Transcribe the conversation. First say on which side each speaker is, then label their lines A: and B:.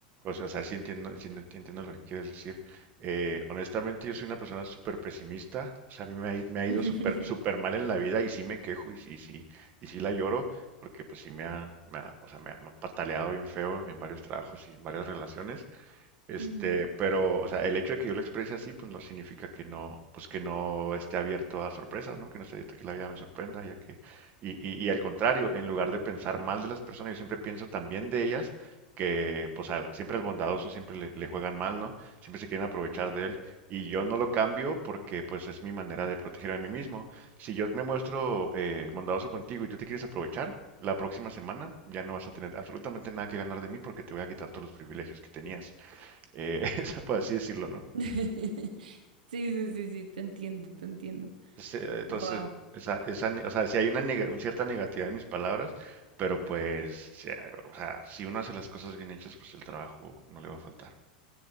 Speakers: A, on the right; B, on the right.
A: o sea, o sea, sí entiendo, sí ent- entiendo lo que quieres decir. Eh, honestamente, yo soy una persona súper pesimista. O sea, a mí me ha, i- me
B: <laughs>
A: ha ido súper súper mal en la vida y sí me quejo y sí, sí, y sí la lloro porque pues sí me ha, me ha- o sea, me, ha- me han pataleado bien feo en varios trabajos y en varias relaciones. Este,
B: Ujú.
A: pero, o sea, el hecho de que yo lo exprese así, pues no significa que no, pues que no esté abierto a sorpresas, ¿no? Que no esté abierto a que la vida me sorprenda, ya que, y, y, y al contrario, en lugar de pensar mal de las personas, yo siempre pienso también de ellas, que pues al- siempre al bondadoso siempre le, le juegan mal, ¿no? Siempre se quieren aprovechar de él. Y yo no lo cambio porque pues es mi manera de proteger a mí mismo. Si yo me muestro eh, bondadoso contigo y tú te quieres aprovechar, la próxima semana ya no vas a tener absolutamente nada que ganar de mí porque te voy a quitar todos los privilegios que tenías eh, <laughs> por así decirlo, ¿no?
B: <laughs> Sí, sí, sí, sí, te entiendo, te entiendo.
A: Entonces, eh, entonces,
B: Wow.
A: esa, esa, ne- o sea, si hay una, neg una cierta negatividad en mis palabras, pero pues, si, o sea, si uno hace las cosas bien hechas, pues el trabajo no le va a faltar.